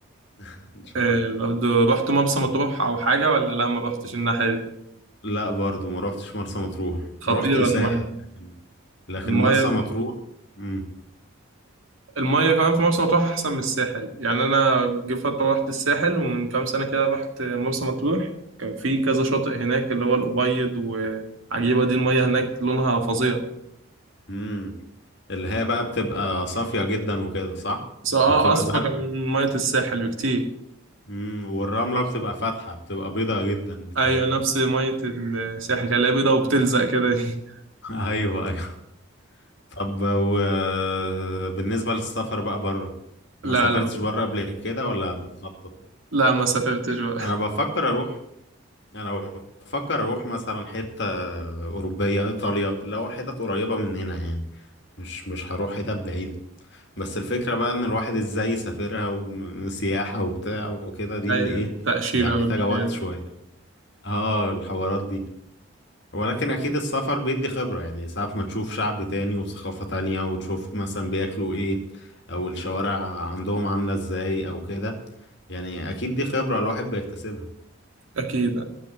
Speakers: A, on the left; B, on the right.
A: <laughs>
B: <laughs>
A: ان شاء
B: آه،
A: الله
B: برضه رحت مرسى مطروح او حاجه ولا لا ما رحتش الناحيه دي
A: لا برضو ما روحتش مرسى مطروح
B: خطيره
A: رحت الساحل
B: الميه
A: لكن لكن
B: المية
A: مرسى مطروح امم
B: المية كمان في مرسى مطروح أحسن من الساحل يعني أنا جه فترة رحت الساحل ومن كام سنة كده رحت مرسى مطروح كان في كذا شاطئ هناك اللي هو الأبيض وعجيبة دي المية هناك لونها فظيع
A: امم اللي هي بقى بتبقى صافية جدا وكده صح
B: بس اه
A: وبتبقى
B: أصفى
A: زرقاء
B: كان من مية الساحل بكتير
A: امم والرملة بتبقى فاتحة بتبقى بيضة جدا بتهيألي
B: أيوة نفس مية الساحل كان لا بيضة وبتلزق كده دي
A: <laughs> ايوه ايوه طب وبالنسبة للسفر بقى بره
B: <laughs>
A: ما
B: لا
A: سافرتش
B: لا
A: بره قبل كده ولا بتخطط
B: لا ما سافرتش بقى
A: انا بفكر اروح انا بفكر اروح مثلا حتة اوروبية ايطاليا اللي هو حتت قريبة مننا يعني مش مش هروح حتت بعيدة بس الفكرة بقى ان الواحد ازاي يسافرها وسياحة وبتاع وكده دي اللي
B: أي
A: ايه
B: تأشيرة
A: يعني محتاجة
B: والحاجات
A: وقت شوية
B: دي.
A: اه الحوارات دي ولكن أكيد السفر بيدي خبرة يعني ساعات ما تشوف شعب تاني وثقافة تانية وتشوف مثلا بياكلوا إيه أو الشوارع عندهم عاملة إزاي أو كده يعني أكيد دي خبرة الواحد بيكتسبها
B: أكيد